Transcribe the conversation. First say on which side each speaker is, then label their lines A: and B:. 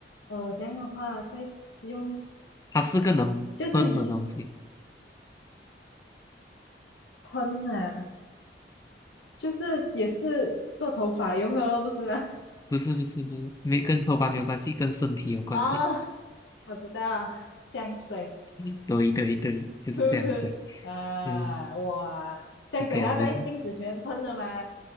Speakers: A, on the left; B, on the left.
A: 呃，这样的话再用
B: 它是个能喷的东西，
A: 就是一喷啊，就是也是做头发用的咯，不是吗？
B: 不是不是不是，没跟头发没有关系，跟身体有关系，
A: 哦，我知道，香水
B: 嗯对 <laughs> 对对，就是这样水，
A: 是不是啊？
B: 嗯
A: 哇，香水还要在镜子前面喷的吗？
B: ，OK 啊，我是，